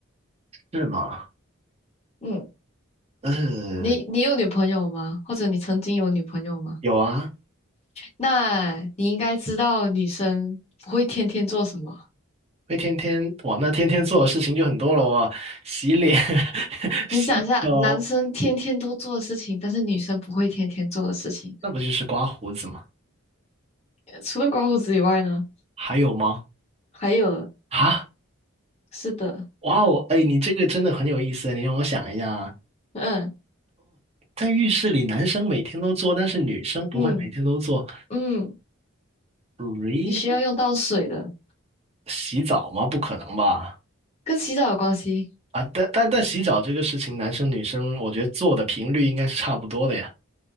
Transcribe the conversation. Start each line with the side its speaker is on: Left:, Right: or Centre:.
Right: 是吗？
Left: 嗯，
Right: 嗯，
Left: 你你有女朋友吗？或者你曾经有女朋友吗？
Right: 有啊，
Left: 那你应该知道女生不会天天做什么。
Right: 会天天哇，那天天做的事情就很多了哦，洗脸、<laughs> 洗手，
Left: 你想一下，男生天天都做的事情，但是女生不会天天做的事情，
Right: 那不就是刮胡子吗？
Left: 呃除了刮胡子以外呢，
Right: 还有吗？
Left: 还有，
Right: 啊？
Left: 是的，
Right: 哇哦，哎，你这个真的很有意思，你让我想一下啊，
Left: 嗯
Right: 在浴室里男生每天都做，但是女生不会每天都做
Left: 嗯嗯，
Right: ，really？
Left: 你需要用到水的，
Right: 洗澡吗？不可能吧？
Left: 跟洗澡有关系。
Right: 啊，但但但洗澡这个事情，男生女生我觉得做的频率应该是差不多的呀。